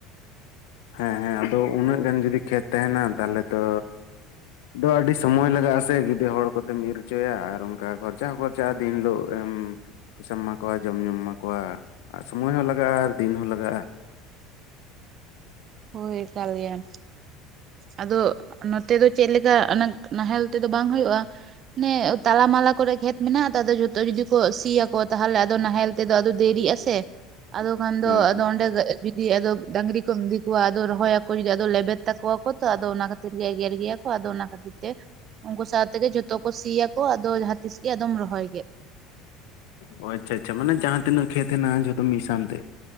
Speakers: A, on the left (about 80°); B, on the right (about 40°).
A: ᱦᱮᱸ ᱦᱮᱸ ᱟᱫᱚ ᱩᱱᱟᱹᱜ ᱜᱟᱱ ᱡᱩᱫᱤ ᱠᱷᱮᱛ ᱛᱟᱦᱮᱱᱟ ᱛᱟᱦᱞᱮ ᱛᱚ ᱫᱚ ᱟᱹᱰᱤ ᱥᱚᱢᱚᱭ ᱞᱟᱜᱟᱜ-ᱟ ᱥᱮ ᱜᱤᱫᱟᱹ ᱦᱚᱲ ᱠᱚᱛᱮᱢ ᱤᱨ ᱦᱚᱪᱚᱭᱟ ᱟᱨ ᱚᱱᱠᱟ ᱠᱷᱚᱨᱪᱟ ᱦᱚᱸ ᱠᱷᱚᱨᱪᱟᱜ-ᱟ ᱫᱤᱱ ᱦᱤᱞᱳᱜ ᱮᱢ ᱯᱚᱭᱥᱟᱢ ᱮᱢᱟ ᱠᱚᱣᱟ ᱡᱚᱢ ᱧᱩᱢ ᱮᱢᱟ ᱠᱚᱣᱟ ᱟᱨ ᱥᱩᱢᱚᱭ ᱦᱚᱸ ᱞᱟᱜᱟᱜ-ᱟ ᱟᱨ ᱫᱤᱱ ᱦᱚᱸ ᱞᱟᱜᱟᱜ-ᱟ᱾
B: ᱦᱳᱭ ᱮᱠᱟᱞ ᱜᱮᱭᱟᱢ᱾ ᱟᱫᱚ ᱱᱚᱛᱮ ᱫᱚ ᱪᱮᱜ ᱞᱮᱠᱟ ᱟᱹᱱᱟᱠ ᱱᱟᱦᱮᱞ ᱛᱮᱫᱚ ᱵᱟᱝ ᱦᱚᱭᱚᱜ-ᱟ᱾ ᱮ ᱛᱟᱞᱟ ᱢᱟᱞᱟ ᱠᱚᱨᱮ ᱠᱷᱮᱛ ᱢᱮᱱᱟᱜ-ᱟ ᱛᱚ ᱟᱫᱚ ᱡᱷᱚᱛᱚ ᱡᱩᱫᱤ ᱠᱚ ᱥᱤᱭᱟᱠᱚ ᱛᱟᱦᱚᱞᱮ ᱟᱫᱚ ᱱᱟᱦᱮᱞ ᱛ ᱫᱚ ᱟᱫᱚ ᱫᱮᱨᱤᱜ-ᱟ ᱥᱮ, ᱟᱫᱚ ᱠᱷᱟᱱ ᱫᱚ
A: ᱦᱩᱸ
B: ᱟᱫᱚ
A: ᱦᱩᱸ
B: ᱚᱸᱰᱮ ᱫᱚ ᱮᱡᱩᱫᱤ ᱟᱫᱚ ᱰᱟᱝᱨᱤ ᱠᱚ ᱠᱩᱣᱟ ᱟᱫᱚ ᱨᱚᱦᱚᱭᱟᱠᱚ ᱡᱩᱫᱤ ᱟᱫᱚ ᱞᱮᱵᱮᱫ ᱛᱟᱠᱚ ᱣᱟᱠᱚ ᱛᱚ ᱟᱫᱚ ᱚᱱᱟ ᱠᱷᱟᱹᱛᱤᱨ ᱜᱮ ᱮᱜᱮᱨ ᱜᱮᱭᱟ ᱠᱚ᱾ ᱟᱫᱚ ᱚᱱᱟ ᱠᱷᱟᱹᱛᱤᱨ ᱛᱮ ᱩᱱᱠᱩ ᱥᱟᱶᱛᱮᱜᱮ ᱡᱷᱚᱛᱚ ᱠᱚ ᱥᱤᱭᱟᱠᱚ ᱟᱫᱚ ᱡᱟᱦᱟ ᱛᱤᱥ ᱜᱮ ᱟᱫᱚᱢ ᱨᱚᱦᱚᱭ ᱠᱮᱜ᱾
A: ᱚ ᱟᱪᱪᱷᱟ ᱟᱪᱪᱷᱟ ᱢᱟᱱᱮ ᱡᱟᱦᱟᱸ ᱛᱤᱱᱟᱹᱜ ᱠᱷᱮᱛ ᱦᱮᱱᱟᱜ-ᱟ ᱡᱷᱚᱛᱚ ᱢᱤᱜ ᱥᱟᱱᱛᱮ᱾